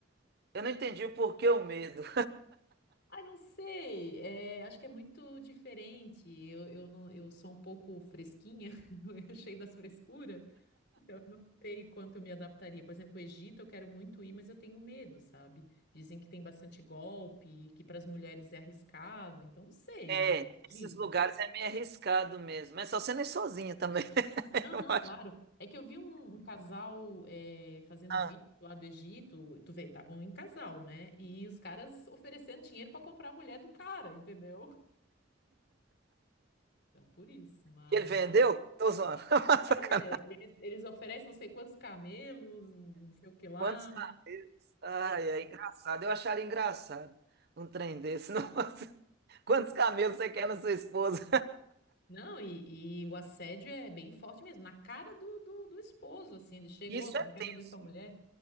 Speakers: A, on the right; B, on the left.
A: Eu não entendi o porquê o medo.
B: Ai, não sei, é, acho que é muito diferente, eu, eu, não, eu sou um pouco fresquinha, <laughs> eu cheio das frescuras. Então, eu não sei quanto eu me adaptaria. Por exemplo, o Egito eu quero muito ir, mas eu tenho medo, sabe? Dizem que tem bastante golpe, que para as mulheres é arriscado, então não sei,
A: É,
B: né? É o que dizem.
A: esses lugares é meio arriscado mesmo. Mas só sendo ir sozinha também. né? <laughs>
B: Não,
A: Eu
B: não,
A: acho.
B: claro. É que eu vi um, um casal é, fazendo
A: Ah,
B: vídeo lá do Egito, tu vê, estavam em casal, né? E os caras oferecendo dinheiro para comprar a mulher do cara, entendeu? Então, por isso, mas.
A: que ele vendeu? Tô zoando. <laughs>
B: É,
A: Sacanagem.
B: eles, eles oferecem não sei quantos camelos, não sei o que lá.
A: Quantos carneiros? Ai, é engraçado. Eu acharia engraçado um trem desse. <laughs> Nossa. Quantos camelos você quer na sua esposa?
B: Não, e, e o assédio é bem forte mesmo, na cara do, do, do esposo, assim,
A: <laughs>
B: ele chegou,
A: Isso
B: você
A: é
B: não quer
A: tenso.
B: vender sua mulher?